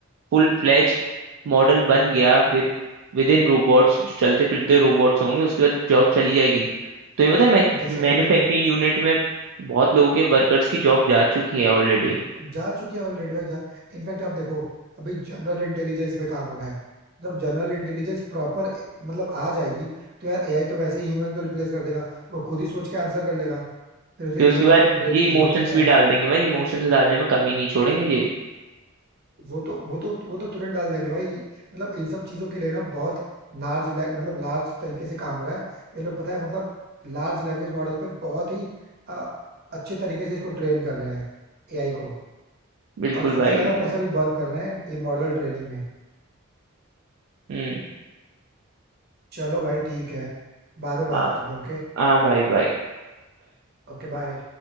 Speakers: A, on the right; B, on the right.
A: फुल फ्लैच मॉडल बन गया विद विद इन रोबोट्स जो चलते फिरते रोबोट्स होंगे उसके बाद जॉब चली जाएगी तो ये पता है
B: जैसे
A: मैन्युफैक्चरिंग
B: अभी ना
A: यूनिट में बहुत लोगों के वर्कर्स की जॉब जा चुकी है ऑलरेडी
B: जा चुके हैं ऑलरेडी भाई जा इनफैक्ट आप देखो अभी जनरल इंटेलिजेंस पे काम हो रहा है जब जनरल इंटेलिजेंस प्रॉपर मतलब आ जाएगी तो यार एआई तो वैसे ही ह्यूमन को रिप्लेस कर देगा वो खुद ही सोच के आंसर कर लेगा फिर उसे
A: फिर
B: ह्यूमन
A: उसके बाद
B: ब्रेन
A: ये
B: की
A: इमोशंस
B: जरूरत ही क्या
A: भी
B: है
A: डाल देंगे भाई इमोशंस डालने में कमी नहीं छोड़ेंगे जी
B: वो तो वो तो वो तो तुरंत डाल देंगे भाई मतलब इन सब चीजों के लिए ना बहुत लार्ज मतलब लार्ज तरीके से काम हो रहा है ये लोग पता है मतलब लार्ज लैंग्वेज मॉडल पे बहुत ही अ, अच्छे तरीके से इसको ट्रेन कर रहे हैं एआई को
A: बिल्कुल
B: और सबसे
A: भाई
B: ज्यादा
A: बिल्कुल
B: पैसा भी बर्न कर रहे हैं ये मॉडल ट्रेनिंग में
A: हम्म
B: चलो भाई ठीक है बाद में बात
A: आ-
B: करते हैं ओके
A: हाँ भाई भाई
B: Okay bye